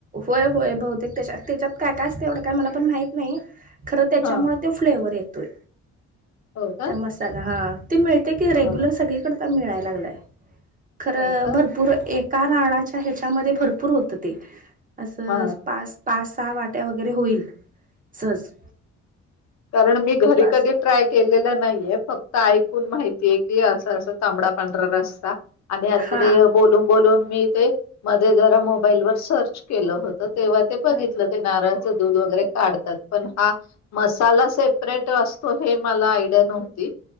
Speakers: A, on the right (about 25°); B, on the left (about 60°).
A: होय होय बहुतेक तेजात काय काय असते तेवढं काय मला पण माहीत नाही खरं त्याच्यामुळे
B: हा
A: ते फ्लेवर येतोय.
B: हो का?
A: त्या मसाला हा ते मिळतय की रेग्युलर
B: हा
A: सगळीकड मिळायला लागलाय. तर
B: हो का?
A: भरपूर एका नाराळाच्या ह्याच्यामध्ये भरपूर होत ते. असं
B: हा
A: पाच पाच सहा वाट्या वगैरे होईल सहज.
B: कारण मी घरी
A: पाच
B: कधी ट्राय केलेलं नाहीये फक्त ऐकून माहितीय की असं असं तांबडा पांढरा रस्ता, आणि आता
A: हा
B: ते बोलून बोलून मी ते मध्ये जरा मोबाईल वर सर्च केलं होतं तेव्हा ते बघितलं
A: हा
B: ते नारळाचं दूध वगैरे काढतात पण हा मसा ला सेपरेट असतो हे मला आयडिया नव्हती.